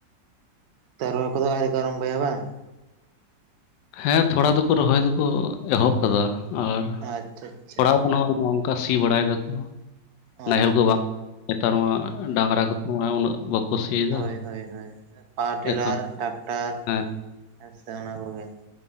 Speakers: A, on the right; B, on the left.
A: ᱛᱟ ᱨᱚᱦᱚᱭ ᱠᱚᱫᱚ ᱟᱹᱣᱨᱤ ᱠᱚ ᱟᱨᱟᱢᱵᱚᱭᱟ ᱵᱟᱝ?
B: ᱦᱮᱸ ᱛᱷᱚᱲᱟ ᱫᱩᱠᱩ ᱨᱚᱦᱚᱭ ᱫᱩᱠᱩ ᱮᱦᱚᱵ ᱠᱟᱫᱟ ᱟᱨ
A: ᱟᱪᱪᱷᱟ ᱟᱪᱪᱷᱟ
B: ᱛᱷᱚᱲᱟ ᱱᱚᱝᱠᱟ ᱥᱤ ᱵᱟᱲᱟᱭ ᱫᱟᱠᱩ
A: ᱚ
B: ᱱᱟᱦᱮᱞ ᱠᱚ ᱵᱟᱝ ᱱᱮᱛᱟᱨ ᱢᱟ ᱰᱟᱝᱨᱟ ᱠᱚ ᱛᱮ ᱩᱱᱟᱹᱜ ᱵᱟᱠᱚ ᱥᱤᱭᱮᱫᱟ
A: ᱦᱳᱭ ᱦᱳᱭ ᱦᱳᱭ ᱯᱟᱣᱟᱨᱴᱮᱞᱟᱨ
B: ᱮᱠᱷᱚᱱ
A: ᱴᱨᱟᱠᱴᱟᱨ
B: ᱦᱮᱸ
A: ᱦᱮᱸ ᱥᱮ ᱚᱱᱟ ᱠᱚᱜᱮ